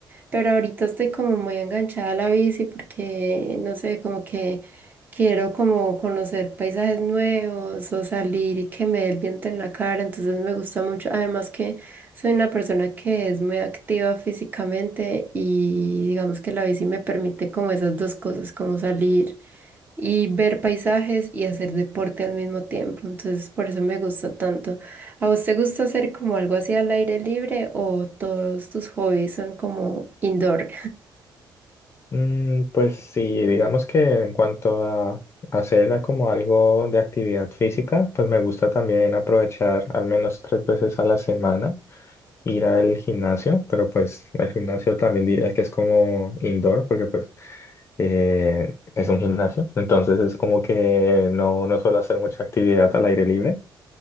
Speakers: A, on the right; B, on the left.
A: Pero ahorita estoy como muy enganchada a la bici porque, no sé, como que quiero como conocer paisajes nuevos o salir y que me dé el viento en la cara. Entonces me gusta mucho. Además que soy una persona que es muy activa físicamente y digamos que la bici me permite como esas dos cosas, como salir y ver paisajes y hacer deporte al mismo tiempo. Entonces, por eso me gusta tanto. ¿A vos te gusta hacer como algo así al aire libre o todos tus hobbies son como indoor?
B: Mm, pues sí, digamos que en cuanto a hacer como algo de actividad física, pues me gusta también aprovechar al menos tres veces a la semana ir al gimnasio, pero pues el gimnasio también diría que es como indoor, porque pues eh, es un gimnasio, entonces es como que no, no suelo hacer mucha actividad al aire libre,